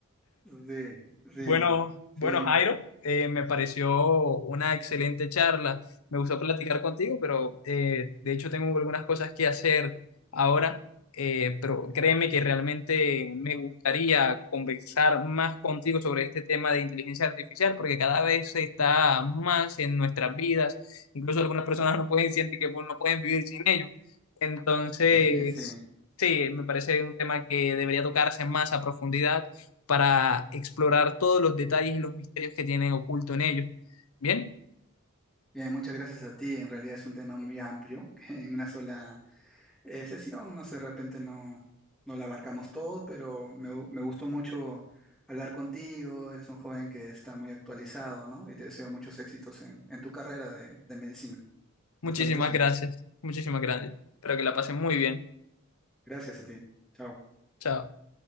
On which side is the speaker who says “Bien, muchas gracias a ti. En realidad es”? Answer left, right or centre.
Centre